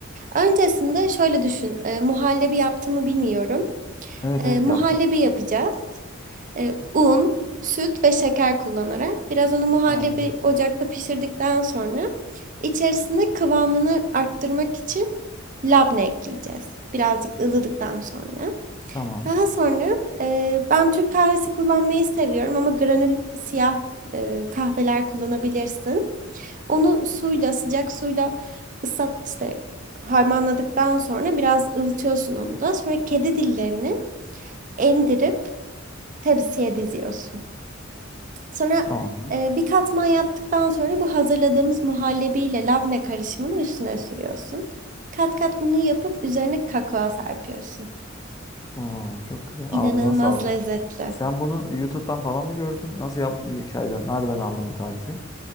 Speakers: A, on the right; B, on the left.
A: Öncesinde şöyle düşün. E, muhallebi yaptığımı bilmiyorum.
B: Evet
A: E,
B: evet
A: muhallebi
B: yaptım.
A: yapacağız. E, un, süt ve şeker kullanarak biraz onu muhallebi
B: Tamamdır.
A: ocakta pişirdikten sonra içerisine kıvamını arttırmak için labne ekleyeceğiz. Birazcık ılıdıktan sonra.
B: Tamam.
A: Daha sonra e, ben Türk kahvesi kullanmayı seviyorum ama granül siyah e, kahveler kullanabilirsin. Onu suyla, sıcak suyla ıslat işte harmanladıktan sonra biraz ılıtıyorsun onu da. Sonra kedi dillerini emdirip tepsiye diziyorsun. Sonra
B: Tamamdır.
A: e, bir katman yaptıktan sonra bu hazırladığımız muhallebiyle labne karışımını üstüne sürüyorsun. Kat kat bunu yapıp üzerine kakao serpiyorsun.
B: Oo, çok güzel.
A: İnanılmaz
B: Ağzına sağlık.
A: lezzetli.
B: Sen bunu YouTube'dan falan mı gördün? Nasıl yap bir şeyden, nereden aldın bu tarifi?